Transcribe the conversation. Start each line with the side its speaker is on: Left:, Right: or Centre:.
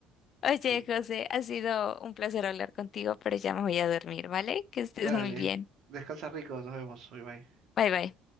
Left: Oye,
Right: Sí.
Left: José, ha sido un placer hablar contigo, pero ya me voy a dormir, ¿vale? Que estés
Right: Dale.
Left: muy bien.
Right: Descansa rico, nos vemos. Bye bye.
Left: Bye bye.